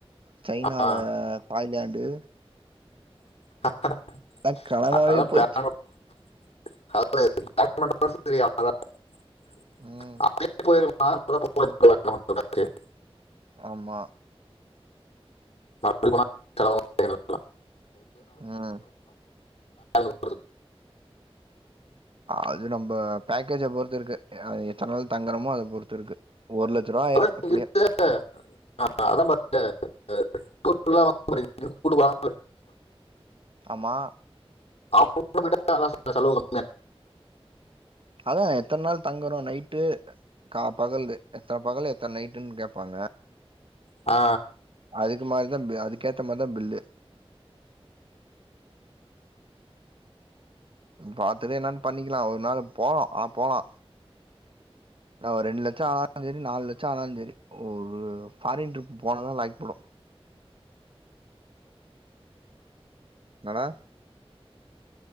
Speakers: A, on the right; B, on the left.
A: சைனால
B: ஆ,
A: தாய்லாண்டு
B: <unintelligible>
A: அ கனவாவே போச்சு
B: <unintelligible>
A: ம் ஆமா
B: அப்டி போனா செலவாகு
A: ம்
B: <unintelligible>
A: அது நம்ப பேக்கேஜ பொறுத்து இருக்கு எத்தன் நாள் தங்கறமோ அத பொறுத்து இருக்கு ஒரு லட்ச ரூபா ஆயிரு
B: அதா
A: எப்டியு
B: இருக்கு அத்தா பாத்த <unintelligible> கூட்டு போறாங்க
A: ஆமா
B: <unintelligible>
A: அதா எத்தன் நாள் தங்குறோ நைட்டு கா பகல்து எத்தன பகல் எத்தன் நைட்டுன் கேப்பாங்க
B: ஆ
A: அதுக்கு மாரிதா அதுக்கேத்த மாரிதா பில்லு பாத்ததே என்னன் பண்ணிக்கலா ஒரு நாள் போகலா ஆ போலா என்ன ஒரு ரெண்டு லட்சோ ஆனாலு செரி நால் லட்சோ ஆனாலு செரி ஒரு ஃபாரின் ட்ரிப் போனாதா லாக்ப்படு என்னடா